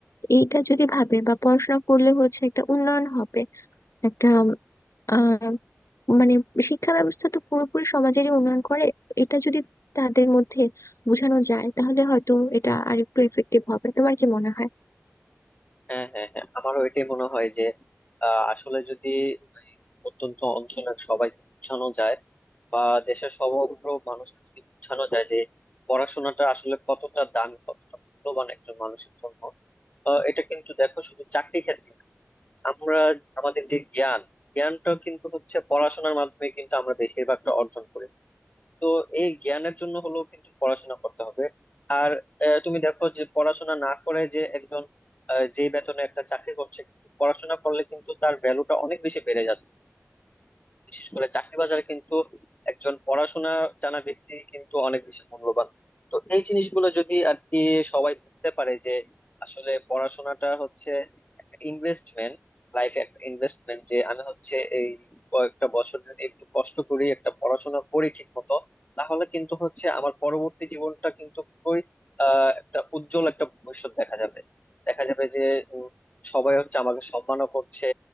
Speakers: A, on the left; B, on the left.
A: এইটা যদি ভাবে বা পড়াশোনা করলে হচ্ছে একটা উন্নয়ন হবে একটা আহ মানে শিক্ষা ব্যবস্থা তো পুরোপুরি সমাজেরই উন্নয়ন করে এটা যদি তাদের মধ্যে বোঝানো যায় তাহলে হয়তো এটা আরেকটু এফেক্টিভ হবে তোমার কি মনে হয়
B: হ্যাঁ হ্যাঁ হ্যাঁ আমারও এটাই মনে হয় যে আহ, আসলে যদি অত্যন্ত অঞ্চলের সবাইকে বোঝানো যায় বা দেশের সমগ্র মানুষকে যদি বোঝানো যায় যে পড়াশোনাটা আসলে কতটা দামি কতটা মূল্যবান একজন মানুষের জন্য আহ, এটা কিন্তু দেখো শুধু চাকরি ক্ষেত্রে না। আমরা আমাদের যে জ্ঞান জ্ঞানটা কিন্তু হচ্ছে পড়াশোনার মাধ্যমে কিন্তু আমরা বেশিরভাগটা অর্জন করি তো এই জ্ঞানের জন্য হলো কিন্তু পড়াশোনা করতে হবে আর আহ, তুমি দেখো যে পড়াশোনা না করে যে একজন আহ, যে বেতনে একটা চাকরি করছে কিন্তু পড়াশোনা করলে কিন্তু তার ভ্যালুটা অনেক বেশি বেড়ে যাচ্ছে বিশেষ করে চাকরি বাজারে কিন্তু একজন পড়াশোনা জানা ব্যক্তি কিন্তু অনেক বেশি মূল্যবান তো এই জিনিসগুলো যদি আর কি সবাই বুঝতে পারে যে আসলে পড়াশোনাটা হচ্ছে একটা ইনভেস্টমেন্ট লাইফে একটা ইনভেস্টমেন্ট যে আমি হচ্ছে এই কয়েকটা বছর যদি একটু কষ্ট করি একটা পড়াশোনা করি ঠিক মতো তাহলে কিন্তু হচ্ছে আমার পরবর্তী জীবনটা কিন্তু খুবই আহ একটা উজ্জ্বল একটা ভবিষ্যৎ দেখা যাবে দেখা যাবে যে উম, সবাই হচ্ছে আমাকে সম্মানও করছে